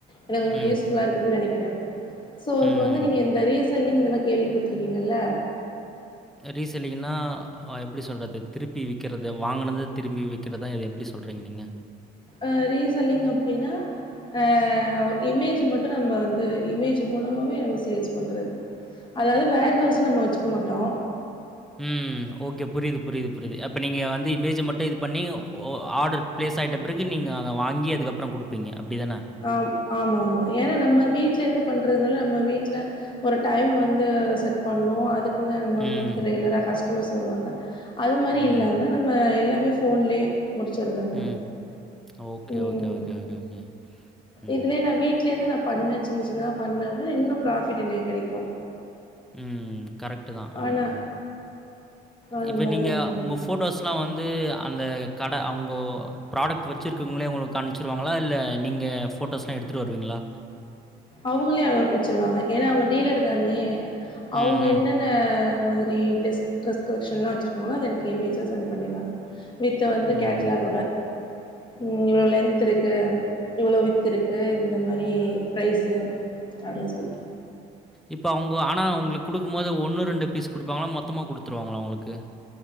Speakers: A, on the left (about 30°); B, in the centre.
A: எனக்கு கொஞ்சோ
B: ம்.
A: யூஸ்ஃபுல்லா இருக்குன்னு நெனைக்கிறே சோ இப்ப
B: ம்.
A: வந்து நீங்க இந்த ரீ செல்லிங் இதெல்லா கேள்விப்பட்டுருக்கீங்கல்ல
B: ரீசெல்லிங்கனா ஆ எப்டி சொல்றது திருப்பி விக்கிறது வாங்குனத திரும்பி விக் கிறதா இத எப்டி சொல்றீங்க நீங்க
A: ஆ ரீசெல்லிங் அப்டின்னா ஆ இமேஜ் மட்டு நம்ம வந்து இமேஜ் மூலமாவே நம்ம சேல்ஸ் பண்றது அதாவ்து வேர் ஹவுஸ் நம்ம வச்சுக்க மாட்டோ
B: உம் ஓகே புரிது புரிது புரிது அப்ப நீங்க வந்து இமேஜ் மட்டும் இது பண்ணி ஆர்டர் பிளேஸ் ஆயிட்ட பறகு நீங்க அங்க வாங்கி அதுக்கப்புறம் கொடு ப்பீங்க அப்டிதானா
A: ஆம் ஆமா ஆமாம் ஏன்னா நம்ம வீட்ல இருந்து பண்றதுனால நம்ம வீட்ல ஒரு டைம் வந்து செட் பண்ணோ அதுக் குனு நம்ம
B: ம்.
A: வீட்டுக்கு ரெகுலரா கஸ்டமர்ஸ் வருவாங்க அது மாரி
B: ம்.
A: இல்லாம நம்ம எல்லாமே ஃபோன்லயே முடிச்சடுற மாரி
B: ம். ஓகே,
A: உம்
B: ஓகே, ஓகே ஓகே ம்.
A: இதுலயே நா வீட்லேந்து நா பண்ணே சின்ன சின்னதா பண்ணே அப்பிடின்னா இன்னு ப்ராஃபிட் எனக் கெடைக்கு
B: ம் கரெக்ட்டு தா அம்
A: ஆனா அது
B: இப்ப
A: மாரி
B: நீங்க
A: ம்
B: உங்க ஃபோட்டோஸ் லாம் வந்து அந்த கட அவுங்கோ ப்ராடக்ட் வச்சுருக்கவங்களே உங்களுக்கு அனுப்ச்சிருவாங்களா இல்ல நீங்க ஃபோட்டோஸ்லா எடுத்துட்டு வருவீங்களா
A: அவுங்களே அனுப்ச்சிருவாங்க ஏனா அவங்க டீலர் தானே அவுங்க
B: ம், ம்.
A: என்னென்ன மாதிரி ட்ரஸ் ட்ரஸ் கலெக்ஷன்லா வச்சிருக்காங்களோ அத எனக்கு இமேஜா சென்ட் பண்ணிருவாங்க வித் வந்து
B: ம்.
A: கேட்லாகோட ம் இவ்ளோ லென்த் இருக்கு இவ்வளவு வித்து இருக்கு இந்த மாதிரி பிரைஸு அப்டின் சொல்லி
B: இப்போ அவங்க ஆனா உங்களுக்கு கொடுக்கும் போது ஒன்று ரெண்டு பீஸ் கொடுப்பாங்களா மொத்தமா கொடுத்துருவாங்களா உங்களுக்கு